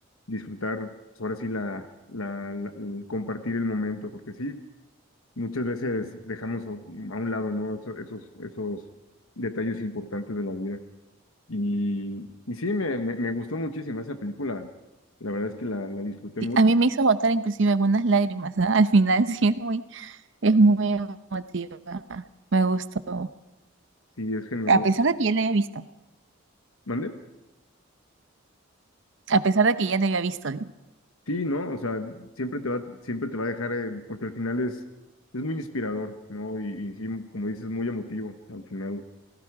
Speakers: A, on the left (about 80°); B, on the right (about 60°).
A: disfrutar, pues, ahora sí, la, la, la- el compartir el momento, porque sí. muchas veces dejamos a a un lado, ¿no? Eso- Esos, esos, detalles importantes de la vida. Y, y sí, me, me, me gustó muchísimo esa película. La verdad es que la, la disfruté
B: Sí,
A: mucho.
B: a mí me hizo botar inclusive algunas lágrimas, ¿ah? Al final <laughs> sí es muy, es muy emotiva. Me gustó.
A: Sí, es genial.
B: A pesar de que ya la había visto.
A: ¿Mande?
B: A pesar de que ya la había visto, digo.
A: Sí, ¿no? O sea, siempre te va, siempre te va a dejar, eh, porque al final es, es muy inspirador, ¿no? Y, y sí, como dices, muy emotivo al final.